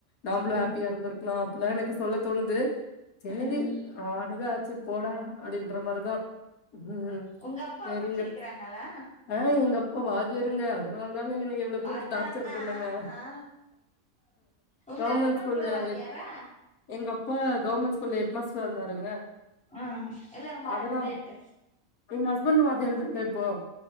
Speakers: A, on the left; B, in the centre.
A: நாமளு
B: ம்
A: ஹாப்பியாருந்திருக்கலா அப்டில்லா எனக்கு சொல்ல தோணுது சேரி
B: ம்
A: ஆனது ஆச்சு போடா அப்டின்ற மாரிதா ம்
B: உங்க அப்பா
A: சேரிங்க
B: படிச்சிருக்கிறாங்களா
A: ஆ எங்க அப்பா வாத்தியாருங்க அதனால தாங்க என்னைய இவ்வளவு போட்டு
B: அதால்
A: டார்ச்சர்
B: தா
A: பண்ணாங்க
B: ஆ உங்க
A: கவர்மெண்ட்
B: ஹஸ்பண்ட்
A: ஸ்கூல்ல
B: கூட வாத்தியாரா
A: ஹெட் எங்க அப்பா கவர்மெண்ட் ஸ்கூல்ல ஹெட் மாஸ்டரா இருந்தாருங்க
B: ஆ இல்ல உங்க
A: அதனால
B: ஹஸ்பெண்ட்
A: எங்க ஹஸ்பண்ட் வாத்தியாரு தாங்க இப்போ